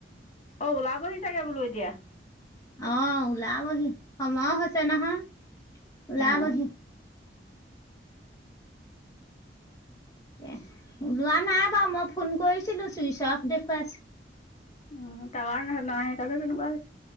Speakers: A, on the left; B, on the left.
A: অ ওলাবহি চাগে বোলো এতিয়া।
B: অ ওলাবহি সময় হৈছে নহয় ওলাবহি?
A: অ
B: এ ওলোৱা নাই বাৰু মই ফোন কৰিছিলো চুইচ অফ দেখুৱাইছ?
A: উম ত হ ন কে তন গছ।